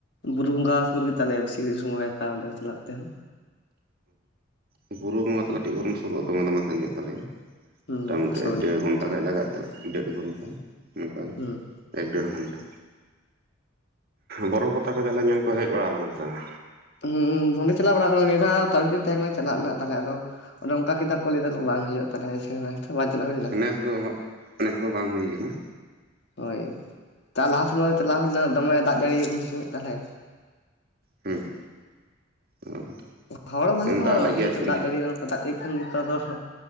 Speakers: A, on the left; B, on the right.
A: ᱵᱩᱨᱩ ᱵᱚᱸᱜᱟ ᱥᱩᱨ ᱜᱮᱛᱟᱞᱮ ᱵᱮᱥᱤ ᱜᱷᱤᱡ ᱥᱚᱢᱚᱭ ᱦᱟᱛᱟ ᱚᱸᱰᱮ ᱪᱟᱞᱟᱜ ᱛᱮ ᱾
B: ᱚ ᱵᱩᱨᱩ ᱵᱚᱸᱜᱟ ᱛᱚ ᱠᱟᱹᱴᱤᱡ ᱵᱩᱞᱢ ᱥᱩᱨᱩᱜᱼᱟ, ᱫᱚᱢᱮ ᱫᱚᱢᱮ ᱥᱟᱺᱜᱧᱚᱜ ᱛᱟᱞᱮᱭᱟ᱾
A: ᱦᱩᱸ
B: ᱢᱳᱴᱟᱢᱩᱴᱤ
A: ᱥᱩᱨ
B: ᱰᱮᱲ
A: ᱜᱮᱭᱟ
B: ᱜᱷᱚᱱᱴᱟ ᱜᱟᱱ ᱞᱟᱜᱟᱜᱼᱟ, ᱪᱟᱞᱟᱜ ᱰᱮᱲ ᱜᱷᱚᱱᱟ ᱚᱱᱠᱟᱜᱮ
A: ᱦᱩᱸ
B: ᱾ ᱮᱠ ᱰᱮᱲ ᱜᱷᱚᱱᱴᱟ ᱵᱚᱨᱚᱯᱷ ᱯᱟᱛᱟ ᱠᱚ ᱛᱟᱦᱞᱮ ᱧᱮᱞ ᱠᱚ ᱦᱮᱡ ᱵᱟᱲᱟ ᱟᱠᱟᱱᱟ ᱥᱮ ᱵᱟᱝ?
A: ᱦᱩᱸ ᱚᱸᱰᱮ ᱪᱟᱞᱟ ᱵᱟᱲᱟ ᱟᱠᱟᱱᱟ ᱱᱤᱭᱟᱹ ᱫᱷᱟᱣ ᱛᱟᱨᱤᱠᱷ ᱛᱟᱦᱮᱸ ᱠᱟᱱᱟ ᱪᱟᱞᱟᱜ ᱨᱮᱱᱟᱜ ᱛᱟᱦᱚᱞᱮ ᱟᱫᱚ ᱚᱱᱮ ᱚᱱᱠᱟ ᱠᱮᱫᱟ ᱠᱚ ᱞᱟᱹᱭᱟ ᱠᱚ ᱵᱟᱝ ᱦᱩᱭᱩᱜᱼᱟ, ᱛᱟᱦᱚᱞᱮ ᱵᱟᱝ ᱪᱟᱞᱟᱶ ᱦᱩᱭ ᱞᱮᱱᱟ᱾
B: ᱱᱮᱥ ᱫᱚ ᱦᱟᱜ ᱱᱮᱥ ᱫᱚ ᱵᱟᱝ ᱦᱩᱭ ᱟᱠᱟᱱᱟ᱾
A: ᱦᱳᱭ ᱞᱟᱦᱟ ᱥᱚᱢᱚᱭ ᱫᱚ ᱪᱟᱞᱟᱣ ᱦᱩᱭ ᱞᱮᱱᱟ, ᱫᱚᱢᱮ ᱫᱟᱜ ᱡᱟᱹᱲᱤᱭ ᱩᱱ ᱥᱚᱢᱚᱭ ᱛᱟᱦᱚᱞᱮ᱾
B: ᱦᱮᱸ <unintelligible>
A: ᱦᱚᱲ ᱵᱷᱟᱜᱤ ᱠᱚ
B: ᱫᱟᱜ
A: ᱦᱚᱲᱚᱜᱼᱟ,
B: ᱞᱮᱫ ᱜᱮᱭᱟᱭ
A: ᱠᱤᱱᱛᱩ ᱫᱟᱜ ᱡᱟᱹᱲᱤ ᱱᱚᱝᱠᱟ ᱫᱟᱜ ᱡᱟᱹᱲᱤᱭ ᱠᱷᱟᱱ ᱜᱮᱛᱚ ᱟᱫᱚᱼᱼᱼ